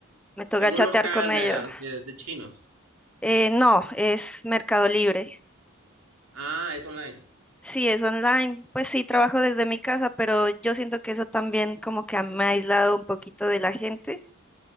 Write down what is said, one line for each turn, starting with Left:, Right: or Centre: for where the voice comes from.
Centre: Me toca
Right: En
Centre: chatear
Right: un local
Centre: con ellos.
Right: de, de de chinos.
Centre: Eh, no, es Mercado Libre.
Right: Ah, es online.
Centre: Sí, es online. Pues sí, trabajo desde mi casa, pero yo siento que eso también como que me ha aislado un poquito de la gente.